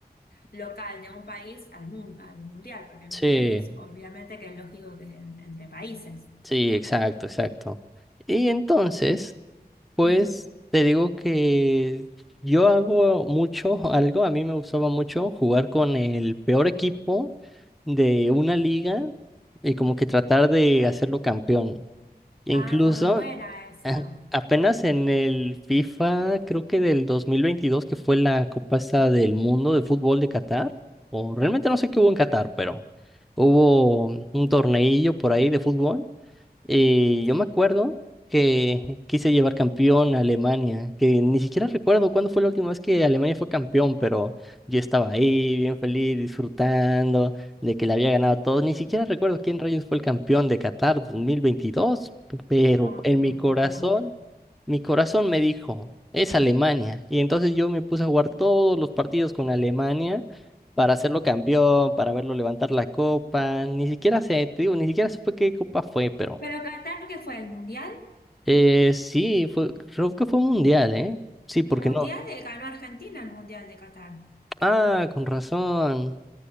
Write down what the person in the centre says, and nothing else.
sí,
sí, exacto, exacto. Y entonces, pues
te digo que yo hago mucho, <laughs> algo, a mí me gustaba mucho jugar con el peor equipo de una liga y como que tratar de hacerlo campeón. Incluso
a- apenas en el FIFA, creo que del 2022 que fue la Copa esta del Mundo de Fútbol de Qatar, o realmente no sé qué hubo en Qatar, pero hubo un torneillo por ahí de fútbol y
yo me acuerdo que quise llevar campeón a Alemania, que ni siquiera recuerdo cuándo fue la última vez que Alemania fue campeón, pero yo estaba ahí bien feliz, disfrutando de que le había ganado a todos. Ni siquiera recuerdo quién rayos fue el campeón de Qatar dos mil veintidós pero
en
mi corazón,
mi corazón me dijo, es Alemania. Y entonces yo me puse a jugar todos los partidos con Alemania para hacerlo campeón, para verlo levantar la copa. Ni siquiera sé, te digo, ni siquiera supe qué copa fue, pero...
Eh, sí, fue, creo que fue mundial, ¿eh? Sí, porque
no.
Ah, con razón.